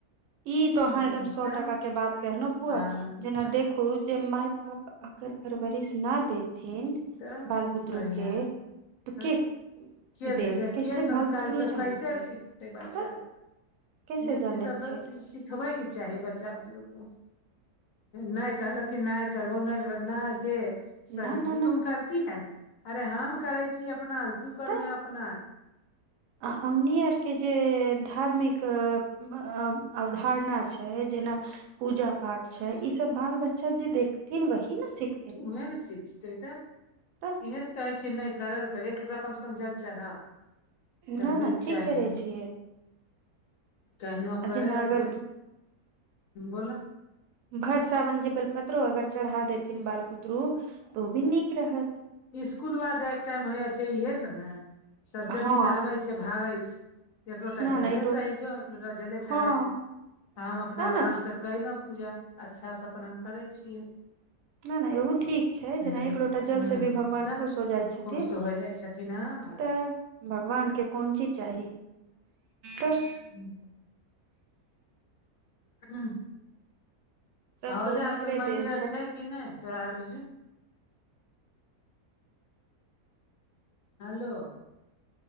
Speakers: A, on the right (about 70°); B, on the left (about 65°).
A: ई त
B: हूँ
A: अहाँ एकदम सए
B: तब
A: टका के बात कहनो फुआ
B: हँ
A: जेना
B: तऽ
A: देखू जे माय पाप अगर परवरिश ना देथिन
B: तऽ
A: बाल बुतरू
B: बढ़िआँ
A: के तऽ
B: तब
A: के
B: के देतै
A: देत कैसे
B: के संस्कारसभ
A: बाल बुतरू जानतै
B: कैसे सिखतै बच्चा
A: तऽ कैसे
B: भस
A: जानै
B: ई सब सब
A: छै
B: चीज <unintelligible> सिखबै के चाही बच्चा बुतरु को नइ कहलक कि नय करबो नय नय दे
A: ना ना
B: तुम
A: ना
B: करती है अरे हम करै छी अपनाले तू करमे
A: तऽ
B: अपनालेल
A: हमनी आरके जे धार्मिक अवधारणा छै जेना पूजा पाठ छै ई सब बाल बच्चा जे देखथिन वही ने सिख
B: वहए ने सिखतै तऽ
A: तऽ
B: इएहे से कहै छियै नइ कर ल कर एक लोटा कम से कम जल चढ़ा चढ़बैके
A: ना ना ठीक
B: चाही
A: करै छियै
B: केहनो
A: आ
B: करै
A: जेना अगर
B: डिस बोल
A: भेर सावन जे बेलपत्रो अगर चढ़ा देथिन बाल बुतरू तऽ ओ भी नीक रहत
B: इसकुल बा जाय के टाइम होइय छै इहे से ने सब जल्दी
A: हँ
B: नहाबै छै भागे छै एक लोटा
A: नहि
B: जले
A: नहि ई तो
B: सहि जो एकलोटा जले
A: हँ
B: चढ़ाय दे हम अपना
A: नहि
B: आराम
A: नहि
B: से कइलौं पूजा अच्छा से अपन हम करै छियै
A: नइ नइ इहो ठीक छै
B: हँ
A: जेना एक लोटा जलसे
B: हूँ
A: भी भगवान
B: तऽ
A: खुश हो जाइ छथिन
B: खुश हो जाइ छथिन हँ भाय
A: तऽ भगवान के कोन चीज चाही तऽ
B: हूँ <inaudible> हँ
A: सब
B: औजार
A: तऽ हुनकरे
B: आर कोई मंदिर
A: देल
B: आर छै कि नइ तोरा आर के हलो